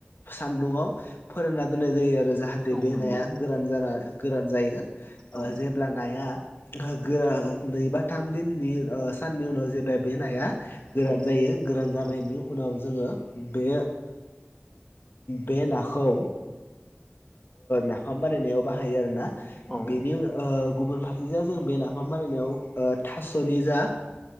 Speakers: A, on the left (about 60°); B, on the left (about 20°).
A: सान्दुङाव फोरोंना दोननाय जायो आरो जाहाथे
B: औ
A: बे
B: नंगौ
A: नाया गोरान जा गोरान जायो।
B: औ
A: जेब्ला नाया गोरा नै बा थाम दिननि साननि उनाव जेब्ला बे नाया गोरान
B: औ
A: जायो गोरान जानायनि
B: औ
A: उनाव जोङो, बे बे नाखौ नाफाम बानायनायाव बाहायो आरोना
B: औ
A: बेनि उनाव गुबुन फारसे जा जों बे नाफाम बारिनायाव अ थास'नि जा